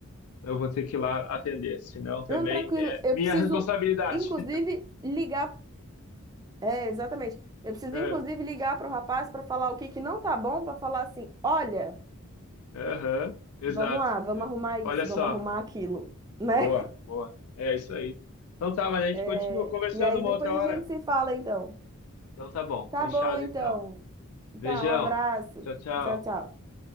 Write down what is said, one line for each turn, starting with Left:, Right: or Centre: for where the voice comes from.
Left: eu vou ter que ir lá atender, senão também
Right: Não, tranquilo.
Left: é
Right: Eu
Left: minha
Right: preciso,
Left: responsabilidade.
Right: inclusive, ligar. É, exatamente. Eu preciso,
Left: <laughs>
Right: inclusive, ligar para o rapaz para falar o que que não tá bom, para falar assim: olha,
Left: Aham, exato.
Right: vamos lá, vamos
Left: É.
Right: arrumar isso,
Left: Olha só.
Right: vamos arrumar aquilo, né?
Left: Boa, boa. É isso aí. Então tá, mas a gente
Right: <laughs>
Left: continua conversando
Right: E aí
Left: uma
Right: depois
Left: outra hora.
Right: a gente se fala, então.
Left: Então tá bom.
Right: Tá
Left: Fechado
Right: bom, então.
Left: então. Beijão.
Right: Tá, um abraço.
Left: Tchau, tchau.
Right: Tchau, tchau.